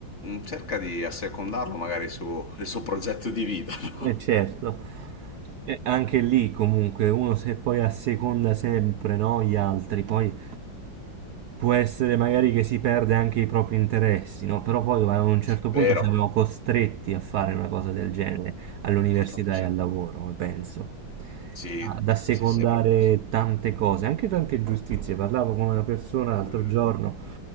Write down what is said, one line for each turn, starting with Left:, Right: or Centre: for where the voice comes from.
Left: Mm, Cerca di assecondarlo magari sul suo progetto di vita, <laughs> no?
Right: Eh, certo, E anche lì comunque uno se poi asseconda sempre no, gli altri, poi può essere magari che si perde anche i propri interessi, no? Però poi a un certo
Left: Vero,
Right: punto siamo costretti a fare una cosa del genere all'università
Left: purtroppo sì.
Right: e al lavoro, penso,
Left: Sì,
Right: ad assecondare
Left: sì, sì, è proprio così.
Right: tante cose, anche tante ingiustizie. Parlavo con una persona
Left: Eh,
Right: l'altro giorno